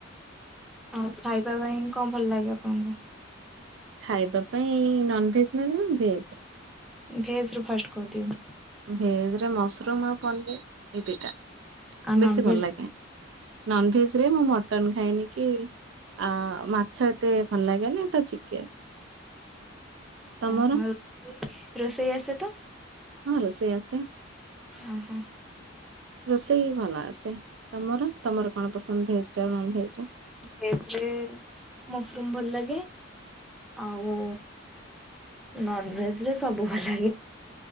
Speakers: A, in the centre; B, on the right.
A: ଆଉ ଖାଇବା ପାଇଁ କଣ ଭଲ ଲାଗେ ଆପଣଙ୍କୁ?
B: ଖାଇବା ପାଇଁ ନନ ଭେଜ ନଉଛ ନା ଭେଜ?
A: ଭେଜ ଫାଷ୍ଟ କରିଦିଅନ୍ତୁ।
B: ଭେଜ ରେ ମସରୁମ ଆଉ ପନିର ଏଇ ଦୁଇଟା
A: ଆଉ ନନଭେଜ
B: ବେଶୀ ଭଲ ଲାଗେ। ନନଭେଜ ରେ ମୁଁ ମଟନ ଖାଇଏ ନି କି ଆ ମାଛ ଏତେ ଭଲ ଲାଗେନି ତ ଚିକେନ ତମର?
A: ଓହୋ ରୋଷେଇ ଆସେ ତ?
B: ହଁ ରୋଷେଇ ଆସେ।
A: ଓହୋ
B: ରୋଷେଇ ଭଲ ଆସେ ତମର ତମର କଣ ପସନ୍ଦ ଭେଜରେ ନନ ଭେଜରେ?
A: ଭେଜ ରେ ମସରୁମ ଭଲ ଲାଗେ। ଆଉ ନନଭେଜେ ରେ ସବୁ ଭଲ ଲାଗେ।